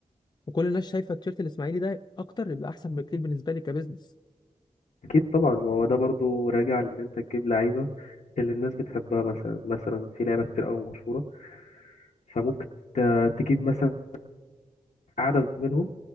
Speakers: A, on the left (about 35°); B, on the left (about 70°).
A: وكل الناس شايفه التيشيرت الاسماعيلي ده اكتر يبقى احسن بكتير بالنسبه لي كبزنس
B: أكيد طبعا ما هو ده برضو راجع لإن أنت تجيب لعيبة اللي الناس بتحبها مثلا مثلا في لعيبة كتير أوي مشهورة فممكن ت- تجيب مثلا عدد منهم